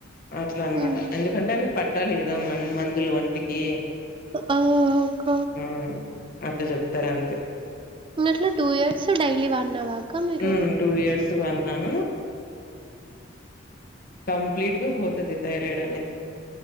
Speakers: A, on the left; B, on the right.
A: అట్లా అనమాట
B: హ్మ్.
A: ఎందుకంటే అవి ప పట్టాలి కదా మ మందులు వంటికి
B: ఆ! ఆ! అక్క.
A: మ్ అట్లా చెప్తారు అంతే
B: ఇంకట్లా టూ ఇయర్స్ డైలీ వన్ అవగా మీరు
A: ఉమ్ టూ ఇయర్స్ వన్నాను కంప్లీట్ గా పోతది థైరాయిడ్ అనేది